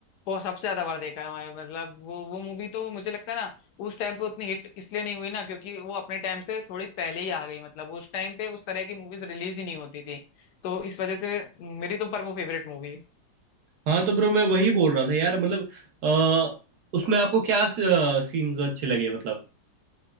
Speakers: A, on the left; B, on the right.
A: बहुत सबसे ज्यादा बार देखा है मतलब वो वो मूवी तो मुझे लगता है ना उस टाइम पे उतनी हिट इसलिए नहीं हुई ना क्योंकि वो अपने टाइम से थोड़ी पहले ही आ गई मतलब उस टाइम पे उस तरह की मूवीज रिलीज ही नहीं होती थी तो इस वजह से मेरी तो पर वो फेवरेट मूवी है
B: हाँ तो ब्रो मैं वही बोल रहा था यार मतलब अ, उसमें आपको क्या सीन्स अच्छे लगे मतलब